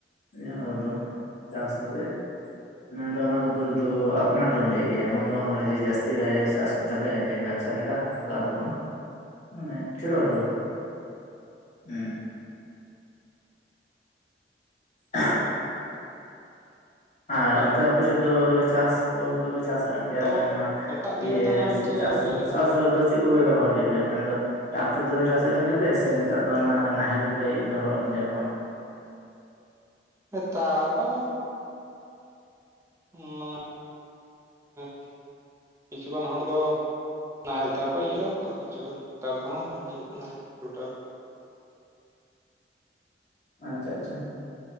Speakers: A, on the left (about 40°); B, on the right (about 15°).
A: ᱡᱟᱦᱟᱸ ᱨᱮᱫᱚ ᱪᱟᱥ ᱠᱟᱛᱮᱫ ᱢᱮᱱᱫᱚ ᱚᱱᱟ ᱠᱚᱫᱚ ᱥᱩᱫᱩ ᱟᱯᱱᱟᱨ ᱡᱚᱢ ᱞᱟᱹᱜᱤᱫ ᱜᱮ ᱮᱢᱚᱱ ᱫᱚ ᱵᱟᱝ ᱠᱟᱱᱟ ᱡᱮ ᱡᱟᱹᱥᱛᱤ ᱞᱮ ᱪᱟᱥ ᱟᱠᱟᱫᱟᱞᱮ ᱡᱮ ᱪᱟᱴᱜᱟ ᱚᱱᱠᱟ ᱫᱚ ᱵᱟᱝ ᱢᱟᱱᱮ ᱪᱷᱳᱴᱳ ᱠᱷᱟᱴᱚ ᱦᱩᱸ <unintelligible> ᱟᱨ
B: ᱚᱠᱟ
A: ᱚᱱᱛᱮ
B: ᱞᱮᱠᱟ
A: ᱟᱯᱮᱥᱮᱫ ᱫᱚ ᱪᱟᱥ ᱠᱚ ᱫᱚᱯᱮ ᱪᱟᱥᱮᱫᱼᱟ ᱮᱭᱟ
B: ᱟᱫᱚ
A: ᱢᱮᱱᱢᱟ
B: ᱱᱮᱛᱟᱨ ᱫᱤᱱ
A: ᱤᱭᱟᱹ
B: ᱨᱮᱫᱚ ᱚᱱᱟ ᱪᱮᱫ
A: ᱪᱟᱥ
B: ᱡᱩᱫᱤ
A: ᱡᱚᱦᱚᱜ ᱪᱟᱥ ᱡᱚᱦᱚᱜ ᱫᱚ ᱪᱮᱫ ᱠᱚᱯᱮ ᱨᱚᱦᱚᱭ ᱜᱮᱭᱟᱯᱮ ᱢᱮᱱᱫᱚ ᱴᱟᱠᱴᱚᱨ ᱛᱮᱯᱮ ᱪᱟᱥᱮᱫ ᱠᱟᱱᱟ ᱯᱮ ᱥᱮ ᱱᱮᱛᱟᱨ ᱫᱚ ᱚᱱᱟ ᱱᱟᱦᱮᱞ ᱯᱮ ᱵᱮᱵᱚᱦᱟᱨᱚᱜ ᱠᱟᱱ ᱜᱮᱭᱟ ᱮᱠᱷᱚᱱᱳ
B: ᱱᱮᱛᱟᱨ ᱫᱚ ᱦᱩᱸ ᱢᱟᱱᱮ <inaudible> ᱠᱤᱪᱷᱩᱜᱟᱱ ᱦᱚᱲ ᱫᱚ ᱱᱟᱦᱮᱞ ᱛᱮᱦᱚᱸ ᱠᱚ ᱤᱭᱟᱹᱭᱟ ᱛᱚ ᱯᱨᱚᱪᱩᱨ ᱛᱟᱨᱯᱚᱨ ᱴᱟᱠᱴᱚᱨ ᱛᱮᱦᱚᱸ ᱦᱩᱭᱩᱜ ᱠᱟᱱᱟ ᱟᱨ ᱨᱩᱴᱟᱨ ᱠᱚ
A: ᱟᱪᱪᱷᱟ ᱟᱪᱪᱷᱟ